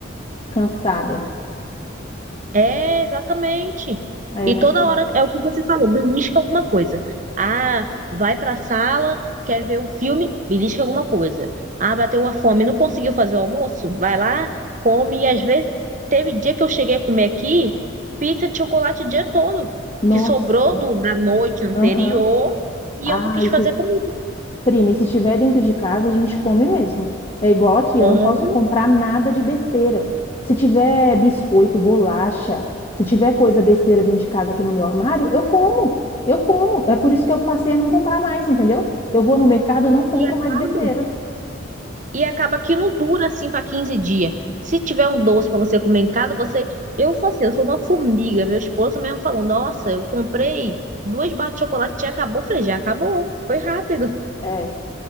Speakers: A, on the left; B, on the right.
A: cansada.
B: é, exatamente.
A: É,
B: E
A: né?
B: toda
A: Não.
B: hora é o que você falou, belisca alguma coisa. Ah, vai pra sala, quer ver um filme, belisca alguma coisa. Ah, bateu uma fome, não conseguiu fazer o almoço? Vai lá, come. E às vezes, teve dia que eu cheguei a comer aqui pizza de chocolate o dia todo,
A: Nossa.
B: que sobrou do- da noite anterior
A: Aham.
B: e
A: Ah,
B: eu não quis
A: isso
B: fazer comigo.
A: Prima, e se tiver dentro de casa, a gente come mesmo. É igual aqui,
B: Come
A: eu não posso comprar nada de besteira. Se tiver biscoito, bolacha, se tiver coisa besteira dentro de casa aqui no meu armário, eu como. Eu como. É por isso que eu passei a não comprar mais, entendeu? Eu vou no mercado, eu não compro
B: e acaba.
A: mais besteira.
B: e acaba que não dura assim para 15 dias. Se tiver um doce para você comer em casa, você. Eu sou assim, eu sou uma formiga. Meu esposo mesmo falou: Nossa, eu comprei duas barras de chocolate, já acabou. Eu falei: Já acabou, foi rápido.
A: É.